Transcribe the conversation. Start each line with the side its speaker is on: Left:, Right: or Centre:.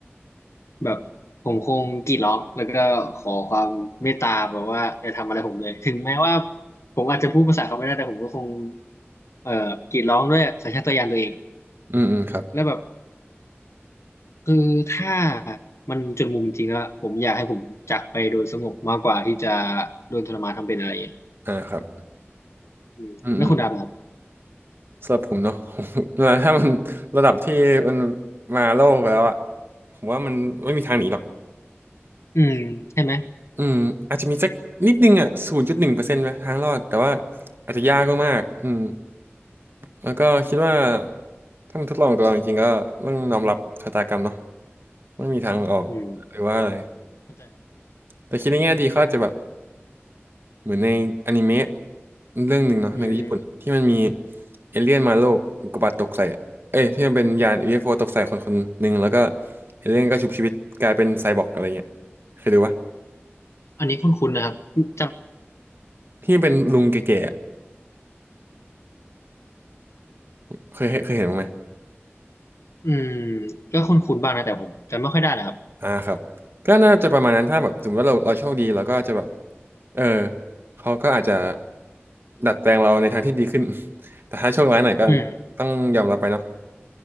Left: แบบผมคงกรีดร้องแล้วก็ขอความเมตตาแบบว่าอย่าทำอะไรผมเลยถึงแม้ว่าผมอาจจะพูดภาษาเขาไม่ได้แต่ผมก็คงเอ่อกรีดร้องด้วยสัญชาตญาณตัวเอง
Right: อืมอืมครับ
Left: แล้วแบบ คือถ้ามันจนมุมจริงๆอะผมอยากให้ผมจากไปโดยสงบมากกว่าที่จะโดนทรมานทำเป็นอะไรอย่างเงี้ย
Right: อ่าครับ
Left: อืมแล้วคุณดำนะครับ
Right: อืมอืมสำหรับผมเนาะ <laughs> ผมถ้ามันระดับที่มันมาโลกแล้วอะผมว่ามันไม่มีทางหนีหรอก
Left: อืมใช่ไหม
Right: อืมอาจจะมีสักนิดนึงอะศูนย์จุดหนึ่งเปอร์เซ็นต์ไหมทางรอดแต่ว่า
Left: ครับผม
Right: อาจจะยากมากๆอืมแล้วก็คิดว่าถ้ามันทดลองกับเราจริงๆก็ต้องยอมรับชะตากรรมเนาะไม่มีทางออกหรือว่าอะไร
Left: อืมเข้าใจครับ
Right: แต่คิดในแง่ดีเขาอาจจะแบบ เหมือนในอนิเมะเรื่องหนึ่งเนาะในญี่ปุ่นที่มันมี
Left: อืม
Right: เอเลี่ยนมาโลกอุกกาบาตตกใส่อะเอ้ยที่มันเป็นยานยูเอฟโอตกใส่คนคนหนึ่งแล้วก็เอเลี่ยนก็ชุบชีวิตกลายเป็นไซบอร์กอะไรเงี้ยเคยดูปะ
Left: อันนี้คุ้นๆนะครับจ
Right: ที่มันเป็นลุงแก่ๆอะเคยเคยเห็นบ้างไหม
Left: ำอืมก็คุ้นๆบ้างนะแต่ผมจำไม่ค่อยได้นะครับ
Right: อ่าครับก็น่าจะประมาณนั้นถ้าแบบสมมติว่าเราเราโชคดีเราก็จะแบบเออเขาก็อาจจะดัดแปลงเราในทางที่ดีขึ้น <laughs> แต่ถ้าโชคร้ายหน่อยก็
Left: อืม
Right: ต้องยอมรับไปเนาะ